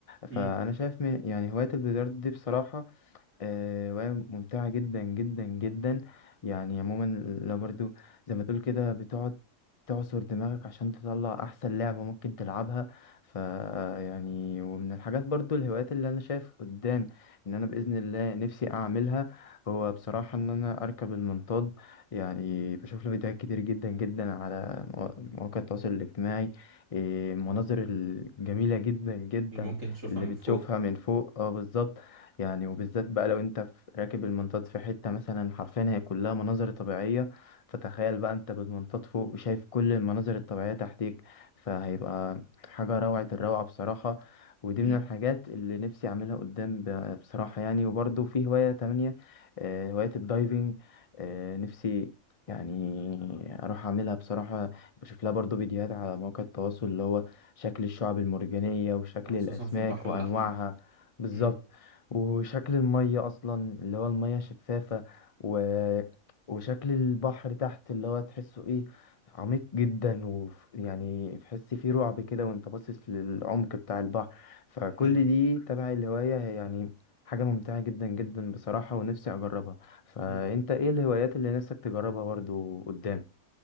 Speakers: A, on the right; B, on the left.
A: مم.
B: فأنا شايف من يعني هواية البلياردو دي بصراحة آه، وهي ممتعة جدا جدا جدا يعني عموما لو برضو زي ما تقول كده بتقعد تعصر دماغك عشان تطلع أحسن لعبة ممكن تلعبها ف يعني ومن الحاجات برضو الهوايات اللي أنا شايف قدام إن أنا بإذن الله نفسي أعملها هو بصراحة إن أنا أركب المنطاد يعني بشوف له فيديوهات كتير جدا جدا على مو- مواقع التواصل الاجتماعي إيه، المناظر
A: مم.
B: الجميلة جدا جدا
A: اللي ممكن تشوفها
B: اللي
A: من
B: بتشوفها
A: فوق
B: من فوق اه بالظبط يعني وبالذات بقى لو انت في- راكب المنطاد في حتة مثلا حرفيا هي كلها مناظر طبيعية فتخيل بقى انت بالمنطاد فوق شايف كل المناظر الطبيعية تحتيك فهيبقى حاجة روعة الروعة بصراحة ودي
A: مم.
B: من الحاجات اللي نفسي اعملها قدام ب- بصراحة يعني وبرضه في هواية تانية آه، هواية الدايفنج آه، نفسي يعني اروح اعملها بصراحة بشوف لها برضه فيديوهات على مواقع التواصل اللي هو شكل الشعب المرجانية وشكل
A: أو خصوصا
B: الاسماك
A: في البحر
B: وانواعها
A: الأحمر
B: بالظبط
A: مم.
B: وشكل المية أصلا اللي هو المية شفافة و... وشكل البحر تحت اللي هو تحسه إيه عميق جدا ويعني تحس فيه رعب كده وأنت باصص للعمق بتاع البحر فكل
A: حلو
B: دي تبع الهواية هي يعني حاجة ممتعة جدا جدا بصراحة ونفسي أجربها فأنت
A: مم.
B: إيه الهوايات اللي نفسك تجربها برضو قدام؟